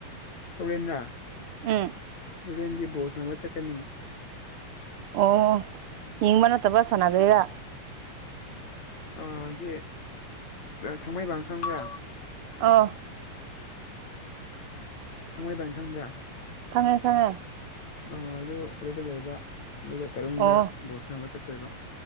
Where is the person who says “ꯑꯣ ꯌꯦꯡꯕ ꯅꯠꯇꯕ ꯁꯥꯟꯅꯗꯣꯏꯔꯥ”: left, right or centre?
Right